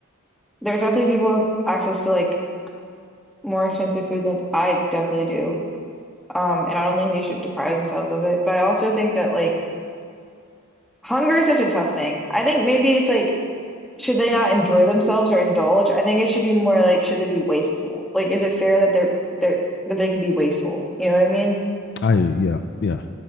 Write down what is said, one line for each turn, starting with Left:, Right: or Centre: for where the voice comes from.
Centre: there's definitely people who have access to like more expensive food than I definitely do. Um, and I don't think they should deprive themselves of it. But I also think that like hunger is such a tough thing. I think maybe it's like should they not enjoy themselves or indulge? I think it should be more like should they be wasteful? Like is it fair that they're they're that they could be wasteful? You know what I mean?
Left: I, yeah, yeah.